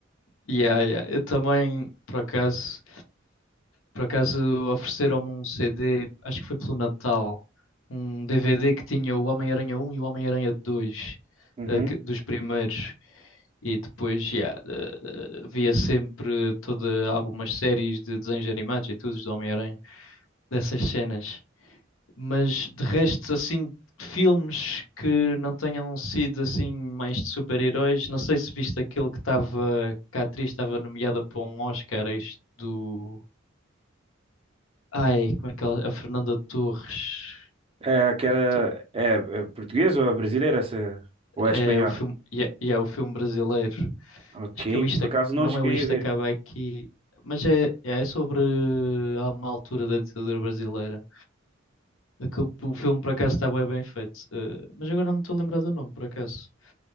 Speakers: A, on the left (about 80°); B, on the right (about 30°).
A: Yeah, yeah. Eu também, por acaso, por acaso ofereceram-me um CD, acho que foi pelo Natal, um DVD que tinha o Homem-Aranha um e o Homem-Aranha 2
B: Uhum.
A: eh, que- dos primeiros. E depois, yeah, eh, eh, via sempre toda, algumas séries de desenhos animados e tudo do Homem-Aranha, dessas cenas. mas de resto, assim, filmes que não tenham sido assim mais de super-heróis, não sei se viste aquele que estava, que a atriz estava nomeada para um Oscar, este do. Ai, como é que ela. A Fernanda Torres.
B: É aquela,
A: Não
B: é, é portuguesa ou é brasileira essa, ou
A: É
B: é espanhola?
A: o filme, e é, e é o filme brasileiro.
B: Ok,
A: Acho que é o Isto,
B: por
A: Ac-
B: acaso não
A: não
B: cheguei
A: é o Isto
B: a ver.
A: Acaba Aqui, mas é, é sobre há uma altura da ditadura brasileira. Que o, o filme por acaso está bué bem feito. Eh, mas agora não me estou a lembrar do nome, por acaso.